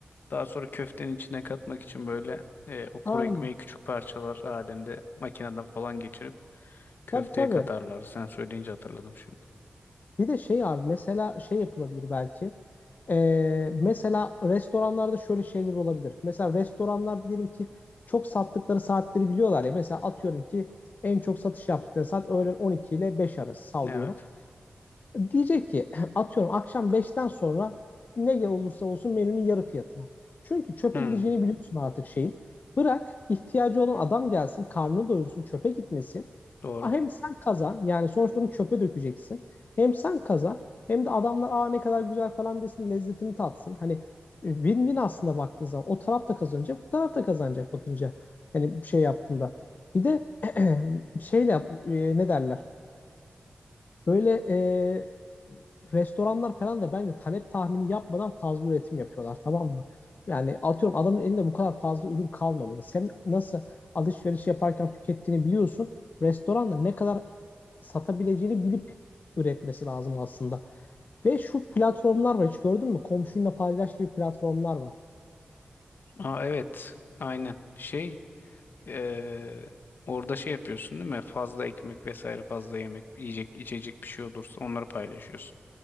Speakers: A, on the left; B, on the left.
A: daha sonra köftenin içine katmak için böyle e, o kuru
B: Aynen.
A: ekmeği küçük parçalar halinde makineden falan geçirip köfteye
B: Tabii tabii.
A: katarlar. Sen söyleyince hatırladım şimdi.
B: Bir de şey abi mesela şey yapılabilir belki. Ee, mesela restoranlarda şöyle şeyler olabilir. Mesela restoranlar diyelim ki çok sattıkları saatleri biliyorlar ya. Mesela atıyorum ki en çok satış yaptıkları saat öğlen 12 ile 5 arası sallıyorum.
A: Evet.
B: Diyecek ki <clears throat> <laughs> atıyorum akşam beşten sonra ne olursa olsun menünün yarı fiyatına. Çünkü çöpe
A: Hmm,
B: gideceğini biliyorsun artık şeyin. Bırak ihtiyacı olan adam gelsin, karnını doyursun, çöpe gitmesin.
A: doğru.
B: Hem sen kazan yani sonuçta onu çöpe dökeceksin. Hem sen kazan hem de adamlar aa ne kadar güzel falan desin lezzetini tatsın. Hani e, win-win aslında baktığın zaman o taraf da kazanacak bu taraf da kazanacak bakınca. hani bir şey yaptığında. Bir de <clears throat> şeyle yap- e, ne derler? Böyle e, restoranlar falan da bence talep tahmini yapmadan fazla üretim yapıyorlar tamam mı? Yani atıyorum adamın elinde bu kadar fazla ürün kalmamalı. Sen nasıl alışveriş yaparken tükettiğini biliyorsun. Restoranda ne kadar satabileceğini bilip üretmesi lazım aslında. Ve şu platformlar var hiç gördün mü? Komşunla paylaş gibi platformlar var.
A: Aa, evet aynen şey e, orada şey yapıyorsun değil mi? Fazla ekmek vesaire fazla yemek yiyecek içecek bir şey olursa onları paylaşıyorsun.